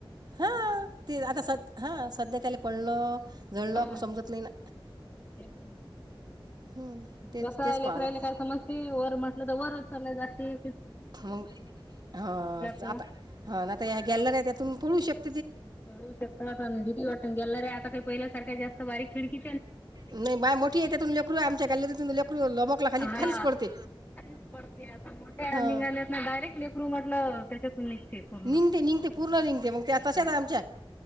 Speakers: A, on the right; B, on the left.
A: हा ते आता सध हा सध्या त्याला पळण <unintelligible>
B: हा
A: समत नाही ना.
B: तेच ना.
A: हं, तेच
B: कसं
A: तेच पाहावं
B: लेकरायला
A: लागतं
B: काय समजते, वर म्हटलं तर वरच चालय जाती.
A: मग हा
B: तर
A: आता हा आता या गॅलरी त्यातून पळू शकती
B: पळू शकता आता काही पहिल्यासारख्या जास्त बारीक खिडकी
A: नाही बाय मोठी आहे त्यातून लेकरू आमच्या गॅलरी तून लेक मोकला खाली
B: हा
A: खालीच पडते.
B: खालीच पडते आता मोठ्या
A: हां
B: निघाल्यात ना डायरेक्ट लेकरू म्हटलं त्याच्यातून पूर्ण.
A: निघते निघते पूर्ण निघते मग त्या तशच
B: हा.
A: आहे आमच्या